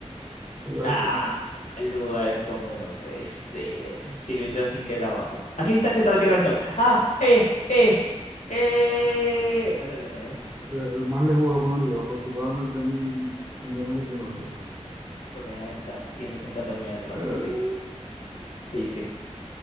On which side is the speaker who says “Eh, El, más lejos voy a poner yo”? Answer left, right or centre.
Right